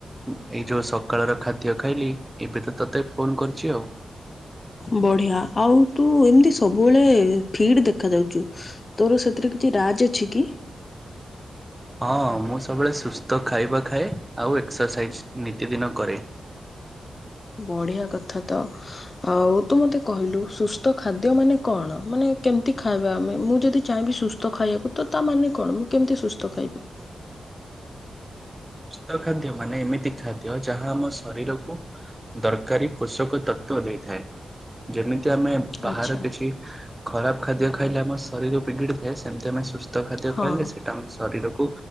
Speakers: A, on the right; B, on the left.
A: ଏଇ ଯୋଉ ସକାଳର ଖାଦ୍ୟ ଖାଇଲି। ଏବେ ତ ତୋତେ ଫୋନ କରିଛି ଆଉ।
B: ବଢିଆ ଆଉ ତୁ ଏମିତି ସବୁବେଳେ ଫିଡ ଦେଖା ଯାଉଛୁ। ତୋର ସେଥିରେ କିଛି ରାଜ୍ ଅଛି କି?
A: ହଁ ମୁଁ ସବୁବେଳେ ସୁସ୍ଥ ଖାଇବା ଖାଏ। ଆଉ ଏକ୍ସରସାଇଜ୍ ନିତିଦିନ କରେ।
B: ବଢିଆ କଥା ତ। ଆଉ ତୁ ମତେ କହିଲୁ ସୁସ୍ଥ ଖାଦ୍ୟ ମାନେ କଣ? ମାନେ କେମିତି ଖାଇବା ଆମେ? ମୁଁ ଯଦି ଚାହିଁବି ସୁସ୍ଥ ସୁସ୍ଥ ଖାଇବାକୁ ତ ତାମାନେ କଣ ମୁଁ କେମିତି ସୁସ୍ଥ ଖାଇବି?
A: ସୁସ୍ଥ ଖାଦ୍ୟ ମାନେ ଏମିତି ଖାଦ୍ୟ ଯାହା ଆମ ଶରୀରକୁ ଦରକାରୀ ପୋଷକ ତତ୍ଵ ଦେଇଥାଏ। ଯେମିତି ଆମେ ବାହାର
B: ଆଚ୍ଛା
A: କିଛି ଖରାପ ଖାଦ୍ୟ ଖାଇଲେ ଆମ ଶରୀର ବିଗିଡି ଥାଏ। ସେମିତି ଆମେ ସୁସ୍ ଶତ ଖାଦ୍ୟ
B: ହଁ
A: ଖାଇଲେ ସେଇଟା ଆମ ଶରୀରକୁ